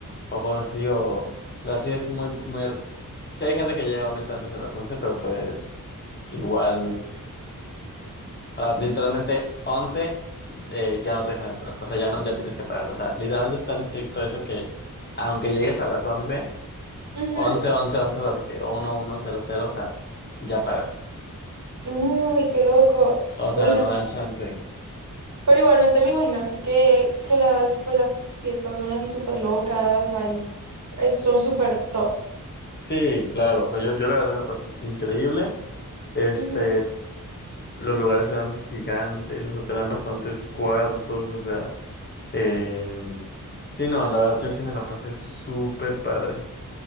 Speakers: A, on the left; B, on the right.
A: o cosas así, o así es muy, muy, sí hay gente que llega obviamente antes de las once pero pues igual, ah, literalmente once eh, ya no te dejan entrar, o sea, ya no, ya tienes que pagar, o sea, literalmente es tan estricto eso que aunque llegues a las once
B: Ujú.
A: once once 11 o sea, de que uno uno cero cero o sea, ya pagas,
B: Uy, qué loco.
A: o sea,
B: Uy, no.
A: no dan chance.
B: Pero igualmente me imagino así que, que las, pues las fiestas son así súper locas, ahí es- son súper top.
A: Sí, claro, o sea, yo, yo la verdad me la pasé increíble, este...
B: Ujú,
A: Los lugares eran gigantes, o sea, tenían bastantes cuartos, o sea, Eh, sí, no, la verdad yo sí me la pasé súper padre.